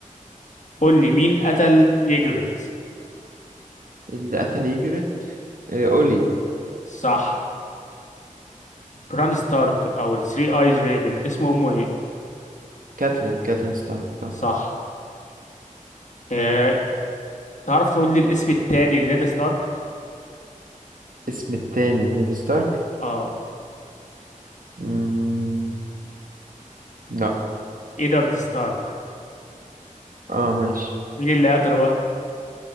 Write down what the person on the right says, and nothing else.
اللي قتل يجرت آه، اولي
كاتلين كاتلين ستارك آه.
اسم التاني نيد ستارك
مم... لا
اه ماشي